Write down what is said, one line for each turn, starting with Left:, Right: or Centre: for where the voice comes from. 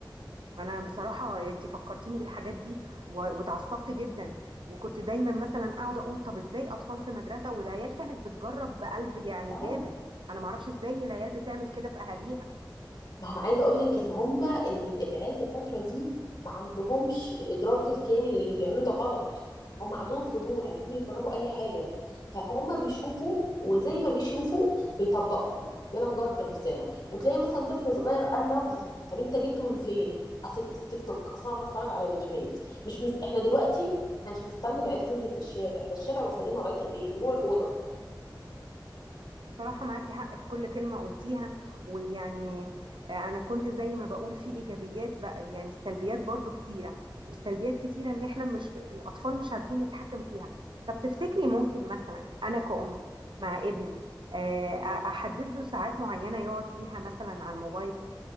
Right: ما انا بصراحة انت فكرتيني بالحاجات دي و- واتعصبت جدا وكنت دايما مثلا اقعد اقول طب ازاي اطفال في مدرسة والعيال كانت بتجرب بقلب يعني
Left: اه
Right: جامد انا ما اعرفش ازاي العيال بتعمل كده في اهاليها
Left: ما انا عايزه اقول لك ان هم ال- العيال في الفتره دي ما عندهمش الادراك الكامل اللي بيعملوا ده غلط هم عندهم فضول عايزين يجربوا اي حاجه فهم بيشوفوا وزي ما بيشوفوا بيطبقوا يلا نجرب بنفسنا وتلاقي مثلا طفل صغير قال لفظ طب انت جبته من فين اصل التيك توك اصلا انا بتفرج على فيديوهات مش مس... احنا دلوقتي احنا مش مستنى العيال تنزل في الشارع ده الشارع وصل لنا لغايه البيت جوه الاوضه
Right: بصراحة معاكي حق في كل كلمة قلتيها ويعني آه، أنا كنت زي ما بقول في إيجابيات بقى يعني السلبيات برضو كتيرة والسلبيات كتيرة إن إحنا مش الأطفال مش عارفين نتحكم فيها طب تفتكري ممكن مثلا أنا كأم مع ابني آه، أ- أحدد له ساعات معينة يقعد فيها مثلا على الموبايل